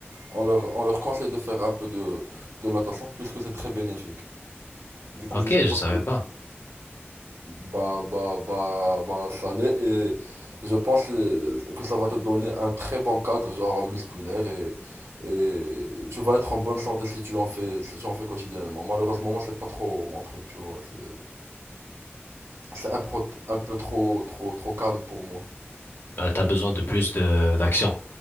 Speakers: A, on the right; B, on the left.
A: On leur, on leur conseille de faire un peu de, de natation puisque c'est très bénéfique. Du coup,
B: Ok,
A: je suppose
B: je savais
A: que,
B: pas.
A: bah, bah, bah, bah, ça l'est et je pense euh, que ça va te donner un très bon cadre, genre musculaire et, et tu vas être en bonne santé si tu en fais, si tu en fais quotidiennement. Malheureusement, moi, c'est pas trop mon truc, tu vois. C'est, c'est un, pro- un peu trop, trop, trop calme pour moi.
B: Euh, t'as besoin de plus de d'action.